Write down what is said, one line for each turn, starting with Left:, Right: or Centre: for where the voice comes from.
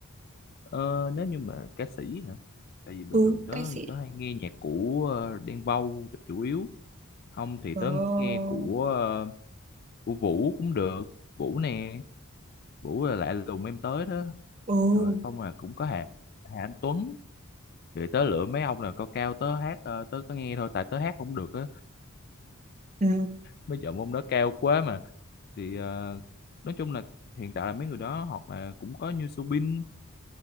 Left: Ờ, nếu như mà ca sĩ hả? Tại vì bình
Right: ừ
Left: thường tớ
Right: ca sĩ
Left: tớ hay nghe nhạc của ờ, Đen Vâu chủ yếu. Không thì
Right: ờ
Left: tớ nghe của ờ, của Vũ cũng được. Vũ nè, Vũ là lạ lùng em tới đó.
Right: ừ
Left: Rồi không mà cũng có Hà Hà Anh Tuấn. Rồi tớ lựa mấy ông là cao cao tớ hát ờ, tớ có nghe thôi tại tớ hát không được á.
Right: ừ
Left: Mấy giọng ông đó cao quá mà. Thì ờ, nói chung là hiện tại là mấy người đó hoặc là cũng có như Subin